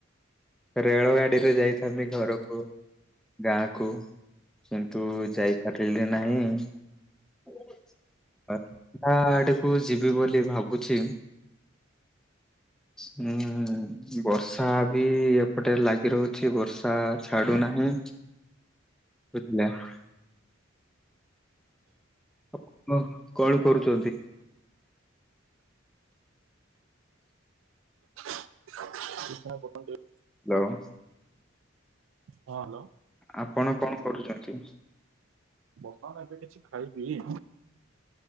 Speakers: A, in the centre; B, on the right.
A: ରେଳ ଗାଡିରେ ଯାଇଥାନ୍ତି, ଘରକୁ ଗାଁକୁ କିନ୍ତୁ ଯାଇପାରିଲି ନାହିଁ। <unintelligible> ଆଡକୁ ଯିବି ବୋଲି ଭାବୁଛି। ହୁଁ। ବର୍ଷା ବି ଏପଟେ ଲାଗି ରହୁଛି ବର୍ଷା ଛାଡୁନାହିଁ। <unintelligible> ଆପଣ କଣ କରୁଛନ୍ତି?
B: <unintelligible>
A: ହ୍ୟାଲୋ।
B: ହଁ ହ୍ୟାଲୋ।
A: ଆପଣ କଣ କରୁଛନ୍ତି?
B: ବର୍ତ୍ତମାନ ଏବେ କିଛି ଖାଇବି।